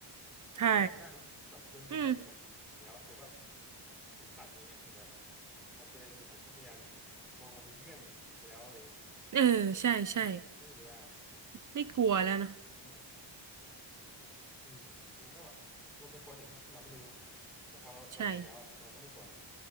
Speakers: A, in the centre; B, on the right (about 40°).
A: เออผมว่าเป็นไม่ได้นะแบบโดนยุงกัดจนแบบแล้วหรือแบบ
B: ใช่อืม
A: เห็นสัตว์อะไรเงี้ยเห็นแบบอาจจะเป็นสัญชาตญาณแบบมองมันเป็นเพื่อนไปแล้วอะไรเงี้ย
B: เออใช่ใช่
A: เออก็เป็นไปได้
B: ไม่กลัวแล้วเนาะ
A: อ่าอืมมันก็แบบเราจะกลัวสิ่งที่เราที่เราไม่รู้เนาะแต่พอเราเรารู้แล้วอะเราก็ไม่กลัวไง
B: ใช่